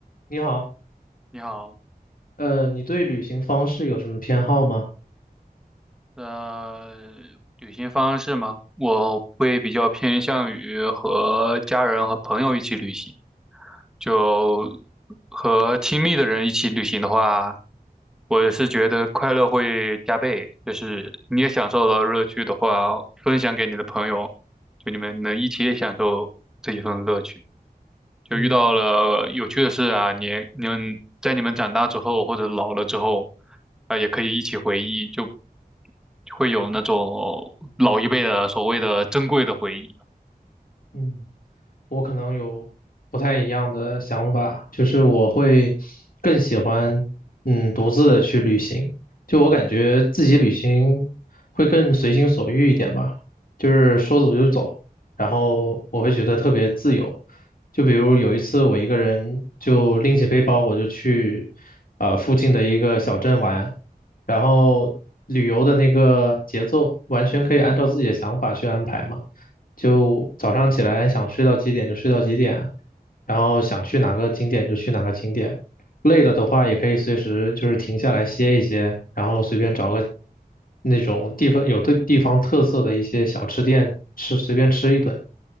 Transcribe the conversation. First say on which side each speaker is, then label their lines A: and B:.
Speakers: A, on the left; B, in the centre.
A: 你好，
B: 你好，
A: 呃，你对旅行方式有什么偏好吗？
B: 呃，旅行方式吗？我会比较偏向于和家人和朋友一起旅行，就和亲密的人一起旅行的话，我是觉得快乐会加倍，就是你也享受了乐趣的话，分享给你的朋友，就你们能一起也享受这一份乐趣。就遇到了有趣的事啊，
A: 嗯
B: 你也你们在你们长大之后或者老了之后，啊、也可以一起回忆，就会有那种老一辈的所谓的珍贵的回忆。
A: 嗯。我可能有不太一样的想法，就是我会更喜欢嗯独自的去旅行，就我感觉自己旅行会更随心所欲一点吧，就是说走就走，然后我会觉得特别自由。就比如有一次我一个人就拎起背包我就去呃附近的一个小镇玩，然后旅游的那个节奏完全可以按照自己的想法去安排嘛。就早上起来想睡到几点就睡到几点，然后想去哪个景点就去哪个景点。累了的话，也可以随时就是停下来歇一歇，然后随便找个那种地方有对地方特色的一些小吃店吃，随便吃一顿。